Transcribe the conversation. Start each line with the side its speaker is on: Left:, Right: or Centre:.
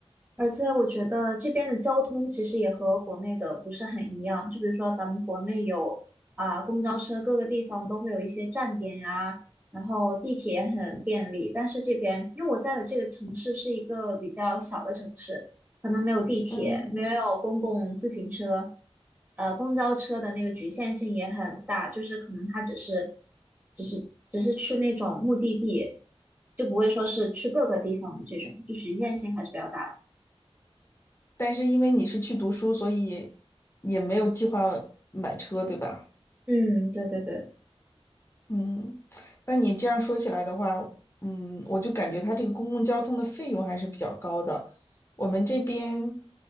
Right: 而且我觉得这边的交通其实也和国内的不是很一样，就比如说咱们国内有啊、公交车，各个地方都会有一些站点呀、然后地铁也很便利，但是这边因为我在的这个城市是一个比较小的城市，可能没有地铁，
Left: 嗯，
Right: 没有公共自行车，呃，公交车的那个局限性也很大，就是可能它只是只是只是去那种目的地，就不会说是去各个地方的这种，就局限性还是比较大的。
Left: 但是因为你是去读书，所以也没有计划买车，对吧？
Right: 嗯，对对对，
Left: 嗯，那你这样说起来的话，嗯，我就感觉它这个公共交通的费用还是比较高的。我们这边